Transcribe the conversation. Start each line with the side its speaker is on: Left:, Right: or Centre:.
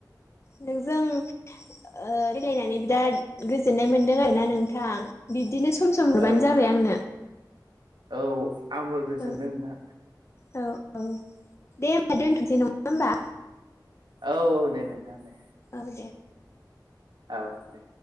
Left: नोंजों ओ- रायलायनानै बिराद गोजोननाय मोन्दों आरोना नोंथां बिदिनो स सम सम हरबानो
Right: औ
Left: जाबाय आंनो
Right: औ आंबो गोजोनदों
Left: औ
Right: नोंथां
Left: औ औ। दे होमबा दोनथ'नोसै नङा होमबा
Right: औ औ दे नोंथां दे।
Left: औ दे।
Right: औ दे।